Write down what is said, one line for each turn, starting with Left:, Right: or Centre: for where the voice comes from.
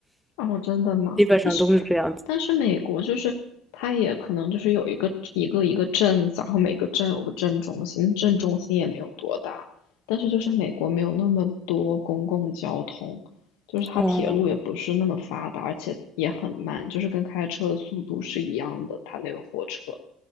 Left: 哦，真的吗？
Centre: 基本上都是这样子。
Left: 但是，但是美国就是它也可能就是有一个一个一个镇子，然后每个镇有个镇中心，镇中心也没有多大，但是就是美国没有那么多公共交通，就是它铁路也不是那么发达，
Centre: 哦
Left: 而且也很慢，就是跟开车的速度是一样的，它那个火车，